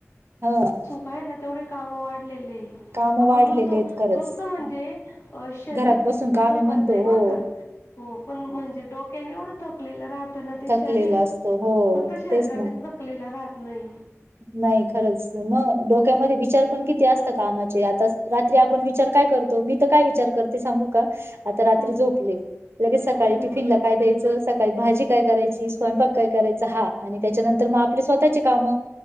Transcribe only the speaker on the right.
ह
काम
वाढलेले
आहेत खरंच
घरात बसून कामे
म्हणतो
हो
थकलेला
असतो हो
तेच ना
नाही खरंच मग डोक्यामध्ये
विचार पण किती असतं कामाचे आता रात्री आपण विचार काय करतो मी तर काय विचार करते सांगू का आता रात्री
झोपले लगेच सकाळी
टिफिनला काय द्यायचं सकाळी भाजी काय करायची स्वयंपाक काय करायचं हा आणि त्याच्यानंतर मग आपले स्वतःचे काम